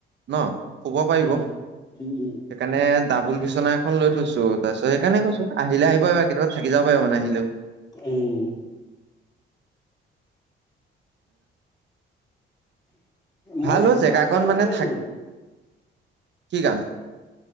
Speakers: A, on the right (about 65°); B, on the left (about 20°).
A: ন শুব পাৰিব।
B: উম, উম উ।
A: সেইকাৰণে ডাবুল বিচনা এখন লৈ। থৈছো তাৰপিছত সেইকাৰণে কৈছো আহিলে আহিব পাৰিবা কেতিয়াবা থাকি যাব পাৰিব মানে আহিলে <unintelligible>
B: উম মই
A: ভালো
B: এই
A: জেগাকণ
B: কাম এটাত লাগি
A: মানে
B: আছিলো।
A: থাক। কি গান।